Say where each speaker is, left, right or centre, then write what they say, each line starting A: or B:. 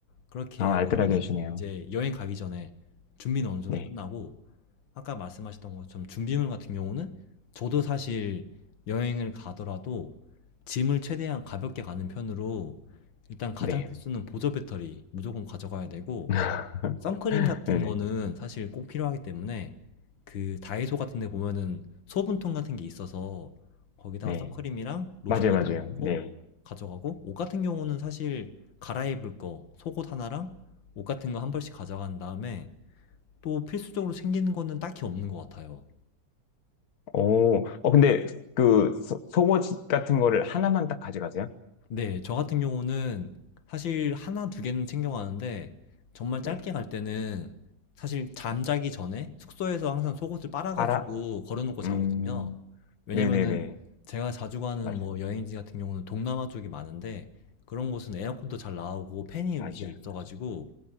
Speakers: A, on the left (about 80°); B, on the left (about 55°).
A: 그렇게
B: 아,
A: 예약을
B: 알뜰하게
A: 하면은
B: 하시네요.
A: 이제 여행 가기 전에 준비는 어느 정도
B: 네,
A: 끝나고 아까 말씀하셨던 것처럼 준비물 같은 경우는 저도 사실 여행을 가더라도 짐을 최대한 가볍게 가는 편으로 일단 가장
B: 네.
A: 필수는 보조 배터리 무조건 가져가야 되고
B: <laughs>
A: 선크림 같은
B: 네네.
A: 거는 사실 꼭 필요하기 때문에 그 다이소 같은 데 보면은 소분통 같은 게 있어서 거기다가
B: 네.
A: 선크림이랑 로션
B: 맞아요,
A: 같은
B: 맞아요.
A: 거 넣고
B: 네.
A: 가져가고 옷 같은 경우는 사실 갈아입을 거 속옷 하나랑 옷 같은 거 한 벌씩 가져간 다음에 또 필수적으로 챙기는 거는 딱히 없는 것 같아요.
B: 오, 어, 근데 그 소- 속옷 같은 거를 하나만 딱 가져가세요?
A: 네, 저 같은 경우는 사실 하나, 두 개는 챙겨가는데 정말
B: 네.
A: 짧게 갈 때는 사실 잠자기 전에 숙소에서 항상 속옷을 빨아가지고
B: 알아?
A: 걸어놓고 자거든요.
B: 음,
A: 왜냐면은
B: 네네네.
A: 음, 제가 자주 가는
B: 맞아요.
A: 뭐 여행지 같은 경우는 동남아 쪽이 많은데 그런 곳은 에어컨도 잘 나오고 팬이
B: 맞아요,
A: 위에 있어가지고
B: 맞아요.